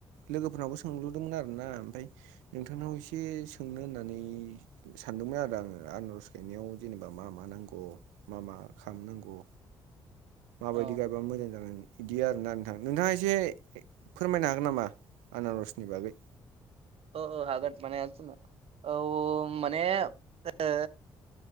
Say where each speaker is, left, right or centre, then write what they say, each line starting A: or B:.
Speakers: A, on the right; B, on the right.
A: लोगोफोरनावबो सोंलुदोंमोन आरो ना ओमफ्राय नोंथांनाव एसे सोंनो होननानै सानदोंमोन आरो आङो आनारज गायनायाव जेनेबा मा मा नांगौ मा मा ओ खालामाम नांगौ माबायदि
B: अ
A: गायबा मोजां जागोन बिदि आरोना नोंथां नोंथाङा एसे फोरमायनो हागोन नामा आनारसनि बागै
B: अ औ हागोन मानो हाया जानो औ माने ओ